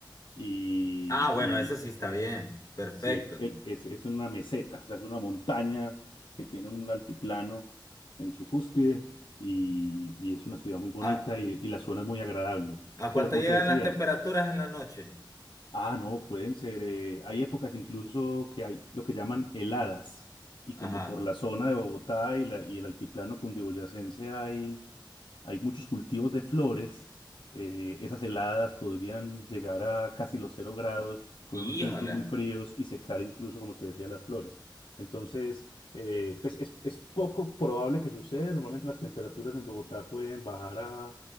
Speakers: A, on the left; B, on the left.
A: y,
B: Ah, bueno, eso
A: y
B: sí está bien. Perfecto.
A: sí, el- el- es, es una meseta, o sea, es una montaña que tiene un altiplano en su cúspide y, y es una ciudad muy bonita
B: ¿A,
A: y, y la zona es muy agradable.
B: a cuánto
A: Pero como
B: llegan
A: te decía,
B: las temperaturas en la noche?
A: Ah, no, pueden ser. eh, hay épocas incluso que hay lo que llaman heladas. Y
B: Ajá.
A: como por la zona de Bogotá y, la- y el altiplano cundiboyacense hay, hay muchos cultivos de flores, eh, esas heladas podrían llegar a casi los cero grados con
B: Híjole.
A: unos vientos muy fríos y secar incluso, como te decía, las flores. Entonces, eh, pues es, es poco probable que suceda. Normalmente las temperaturas en Bogotá pueden bajar a,